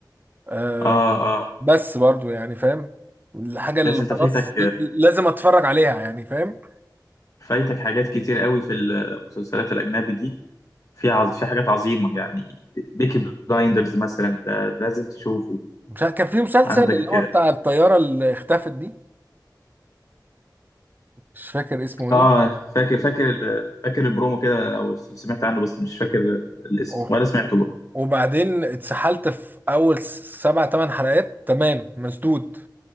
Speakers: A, on the right (about 25°); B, on the left (about 50°).
A: آه
B: اه اه
A: بس برضو يعني فاهم الحاجة اللي
B: بس انت
A: خلاص
B: فايتك
A: ل- لازم اتفرج عليها يعني فاهم
B: فايتك حاجات كتير قوي في المسلسلات الاجنبي دي في عظ... في حاجات عظيمه يعني بيكي بلايندرز مثلا ده لازم تشوفه
A: مش عارف- كان في مسلسل
B: عندك
A: اللي هو بتاع الطيارة اللي اختفت دي مش فاكر اسمه ايه
B: اه فاكر فاكر ال- فاكر البرومو كده او سمعت عنه بس مش فاكر الاسم
A: أوه.
B: ولا سمعته برضه
A: وبعدين اتسحلت في اول س- سبع ثمان حلقات تمام مسدود